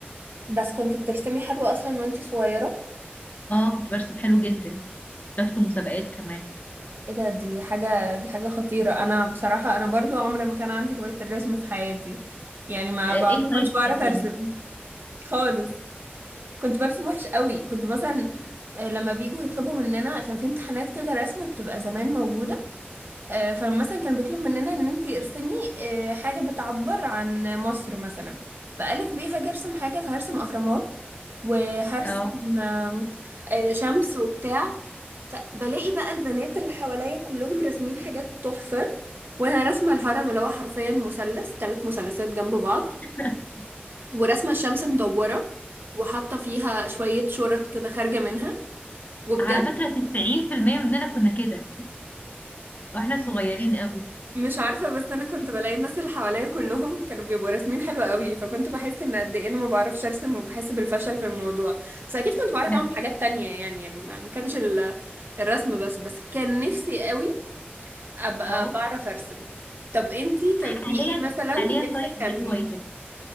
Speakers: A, on the right (about 60°); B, on the left (about 45°).
A: بس كنت بترسمي حلو اصلا وانتي صغيرة
B: اه كنت برسم حلو جدا بدخل مسابقات كمان
A: ايه ده دي حاجة دي حاجة خطيرة انا بصراحة انا برضو عمري ما كان عندي هواية الرسم في حياتي يعني ما
B: آه،
A: ب- ما
B: ايه هوايتك
A: كنتش بعرف
B: اصلا
A: ارسم خالص كنت برسم وحش قوي كنت مثلا آه، لما بيجوا يطلبوا مننا كان في امتحانات كده رسم بتبقى زمان موجودة آه، فلما مثلا كان بيطلب مننا ان انتي ارسمي آه، حاجة بتعبر عن مصر مثلا فألف بيه هاجي ارسم حاجة فهرسم اهرامات وهرسم
B: اه
A: آه، آه، شمس وبتاع فبلاقي بقى البنات اللي حواليا كلهم راسمين حاجات تحفة وانا راسمة الهرم اللي هو حرفيا مثلث ثلاث مثلثات جنب بعض
B: <laughs>
A: وراسمة الشمس مدورة وحاطة فيها شوية شورت كده خارجة منها وبجد
B: على فكره 90% مننا كنا كده واحنا صغيرين قوي
A: مش عارفة بس أنا كنت بلاقي الناس اللي حواليا كلهم كانوا بيبقوا راسمين حلو قوي فكنت بحس إن قد إيه أنا ما بعرفش أرسم وبحس بالفشل في الموضوع بس أكيد كنت
B: <laughs>
A: بعرف أعمل حاجات تانية يعني يعني ما ما كانش ال- الرسم بس بس كان نفسي قوي أبقى
B: اه
A: بعرف أرسم طب أنتي كان
B: حاليا
A: في إيه مثلا
B: حاليا
A: نفسك
B: طيب
A: تعمليه
B: ايه هوايتك